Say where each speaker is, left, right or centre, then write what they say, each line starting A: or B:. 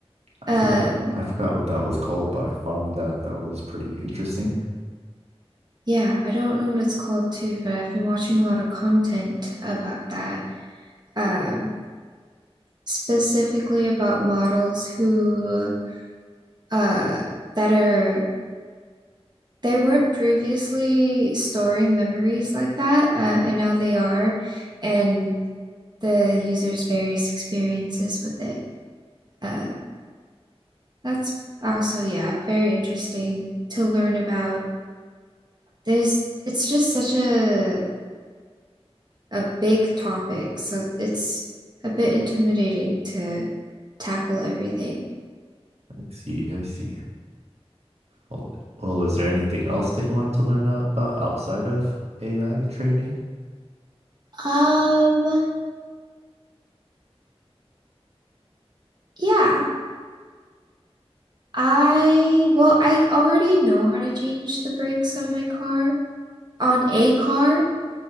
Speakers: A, on the right; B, on the right.
A: I
B: Um,
A: forgot I forgot what that was called, but I found that that was pretty interesting.
B: yeah, I don't know what it's called too, but I've been watching a lot of content about that. Um, specifically about models who uh that are they weren't previously storing memories like that, uh, and now they are, and the user's various experiences with it. Uh, that's also, yeah, very interesting to learn about. There's, it's just such a a big topic, so it's a bit intimidating to tackle everything.
A: I see, I see. Well, well, is there anything else that you wanted to learn a- about outside of AI training?
B: Um, yeah, I, well, I already know how to change the brakes on my car, on a car,